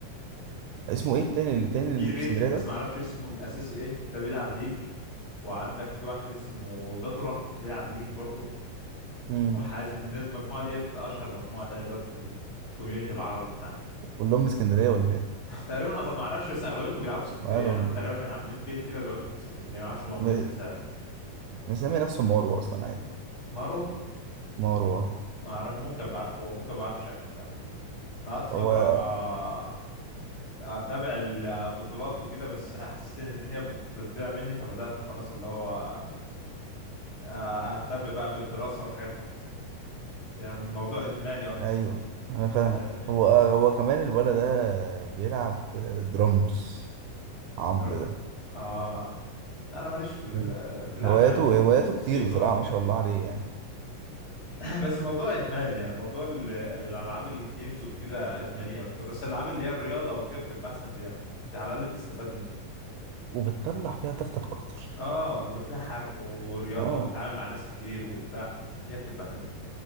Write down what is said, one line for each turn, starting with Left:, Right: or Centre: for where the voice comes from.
Right: اسمه ايه التاني اللي تاني
Left: في
Right: اللي
Left: ريتد
Right: في اسكندريه
Left: بس
Right: ده
Left: ما أعرفش اسمه الأساسي إيه ده بيلعب ليج وعندك في واحد اسمه دطرة بيلعب ليج برضه
Right: امم
Left: وحازم الناس المجموعة ديت أشهر مجموعة تقريبا في ال... في الكوميونتي العربي بتاعنا
Right: كلهم من اسكندريه ولا ايه
Left: <laughs> تقريبا أغ- ما أعرفش بس أغلبيتهم بيلعبوا في اسكندرية
Right: مالهم
Left: يعني هم تقريبا كانوا عاملين بيت كده بيقعدوا فيه في اسكندرية ما أعرفش هم عاملين
Right: م-
Left: أساس
Right: مسمي نفسه مروه اصلا عادي
Left: مارو
Right: مروه
Left: ما أعرف ممكن بعرفه ممكن بعرفه شكلا كمان انا قعدت فتره
Right: هو
Left: آه، اتابع البطولات وكده بس حسيت ان الدنيا بت- بتضيع مني فبدات خلاص اللي هو آه، اهتم بقى بالدراسه والحاجات ديت يعني الموضوع ادماني اكتر
Right: ايوه انا فاهم
Left: فاهمني
Right: هو آه، هو كمان الولد ده بيلعب درامز عمرو
Left: در-
Right: ده
Left: اه لا، انا ماليش في ال-
Right: فاهم؟
Left: في الاغاني
Right: هواياته هواياته
Left: والموسيقى
Right: كتير بصراحة
Left: والحاجات
Right: ما شاء
Left: دي
Right: الله عليه يعني
Left: <clears throat> بس موضوع ادماني يعني موضوع ال- الالعاب الجيمز وكده ادمانيه اكتر بس الالعاب اللي هي الرياضه وكده بتبقى احسن بيها انت على الاقل بتستفاد منها
Right: وبتطلع فيها طاقتك اكتر
Left: اه بيبقى فيها حرق ورياضة
Right: اه
Left: وبتتعامل مع ناس كتير وبتاع فالدنيا بتبقى حلوة